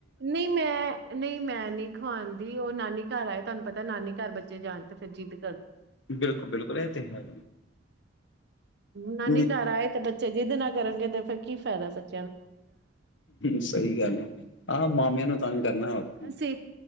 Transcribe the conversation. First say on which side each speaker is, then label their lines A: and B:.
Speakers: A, on the right (about 55°); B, on the left (about 65°).
A: ਨਹੀਂ, ਮੈਂ ਨਹੀਂ ਮੈਂ ਨੀ ਖੁਆਂਦੀ ਉਹ ਨਾਨੀ ਘਰ ਆਏ, ਤੁਹਾਨੂੰ ਪਤਾ ਨਾਨੀ ਘਰ ਬੱਚੇ ਜਾਣ ਤੇ ਫਿਰ ਜਿਦ
B: ਬਿਲਕੁਲ -ਬਿਲਕੁਲ ਇਹ ਤੇ ਹੈ। ਹੀ।
A: ਨਾਨੀ ਘਰ ਆਏ ਤੇ ਬੱਚੇ ਜਿੱਦ ਨਾ ਕਰਨਗੇ। ਤੇ ਫੇਰ ਕੀ ਫਾਇਦਾ ਬੱਚਾ
B: ਸਹੀ ਗੱਲ ਹੈ, ਆਹ ਮਾਮਿਆਂ ਨੂੰ ਤੰਗ ਕਰਨਾ ਹੋਰ ਕੀ
A: ਅਸੀਂ